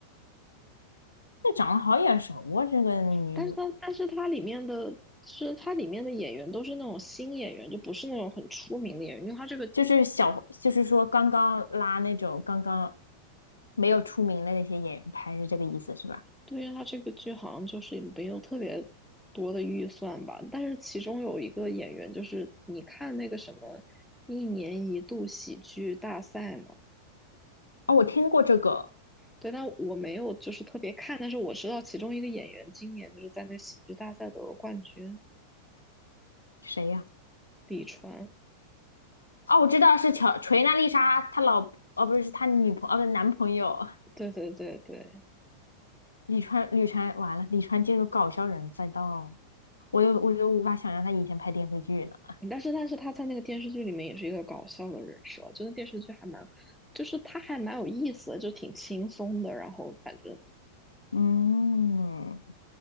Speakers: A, on the left; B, in the centre.
A: 这长得好眼熟啊，这个女主
B: 但是它但是它里面的是它里面的演员都是那种新演员，就不是那种很出名的演员，因为它这个
A: 就是小，就是说刚刚拉那种刚刚没有出名的那些演员拍，是这个意思是吧？
B: 对于它这个剧好像就是也没有特别多的预算吧。但是其中有一个演员就是你看那个什么一年一度喜剧大赛嘛，
A: 哦，我听过这个
B: 对，但我没有就是特别看，但是我知道其中一个演员今年就是在那喜剧大赛得了冠军，
A: 谁呀、
B: 李川，
A: 哦，我知道是乔锤娜丽莎她老，哦不是，是她女朋哦不是男朋友。
B: 对对对对。
A: 李川，李川完了，李川进入搞笑人赛道，我又我就无法想象他以前拍电视剧了。
B: 但是，但是他在那个电视剧里面也是一个搞笑的人设，就那电视剧还蛮，就是他还蛮有意思的，就挺轻松的。然后反正
A: 嗯